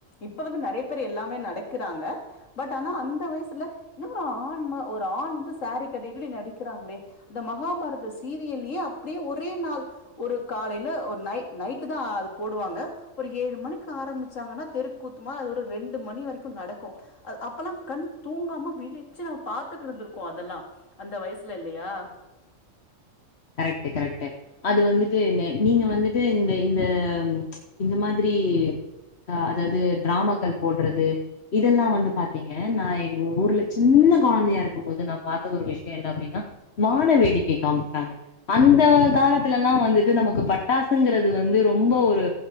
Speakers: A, on the left (about 80°); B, on the left (about 55°).
A: இப்போ வந்து நெறைய பேர் எல்லாமே நடக்குறாங்க பட் ஆனா அந்த வயசுல இன்னா ஒரு ஆண்மா ஒரு ஆண் வந்து சாரீ கட்டி இப்டி நடிக்கிறாங்ளே அந்த மகாபாரத சீரியலயே அப்டியே ஒரே நாள் ஒரு காலைல ஒரு நைட் நைட் நைட்டு தா அது போடுவாங்க ஒரு ஏழு மணிக் கு ஆரம்பிச்சாங்கன்னா தெருக்கூத்துமா அது ஒரு ரெண்டு மணி வரைக்கு நடக்கு அப்பல்லா கண் தூங்காம விழிச்சி நம் பாத்துட்டு இருந்திருக்கோ அதெல்லா அந்த வயசுல இல்லயா
B: கரெக்ட் கரெக்ட் அது வந்துட்டு என்ன நீங்க வந்துட்டு இந்த இந்த ம் இந்த மாதிரி ஆ அதாது டிராமாக்கள் போட்றது இதெல்லா வந்து பாத்தீங்க நா எங்க ஊர்ல சின்ன கொழந்தயா இருக்கு போது நா பாத்த ஒரு விஷயோ என்ன அப்டின்னா வான வேடிக்கை காமிச் சாங்க அந்த காலத்லலா வந்துட்டு நமக்கு பட்டாசுங்றது வந்து ரொம்ப ஒரு